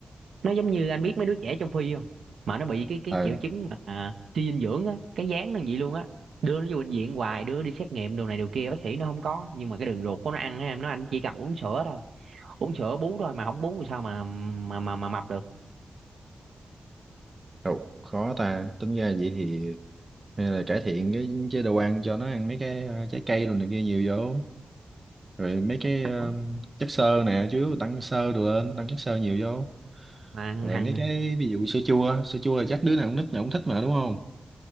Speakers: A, on the right; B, on the right.
A: nó giống như anh biết mấy đứa trẻ trong phi không mà nó bị cái cái
B: ừ
A: triệu chứng mà à, suy dinh dưỡng á cái dáng nó vậy luôn á đưa nó vô bệnh viện hoài đưa nó đi xét nghiệm đồ này đồ kia bác sĩ nó không có nhưng mà cái đường ruột của nó ăn á em nói anh chỉ cần uống sữa thôi uống sữa bú thôi mà không bú thì sao mà mà mà, mà mập được
B: Ồ, khó ta tính ra vậy thì hay là cải thiện cái chế độ ăn cho nó ăn mấy cái ờ, trái cây đồ này kia nhiều vô rồi mấy cái ờ,
A: Không.
B: chất xơ nè chứ tăng xơ đồ lên tăng chất xơ nhiều vô
A: mà
B: rồi
A: hằng
B: mấy cái ví dụ sữa chua sữa chua là chắc đứa nào cũng nít nào cũng thích mà đúng không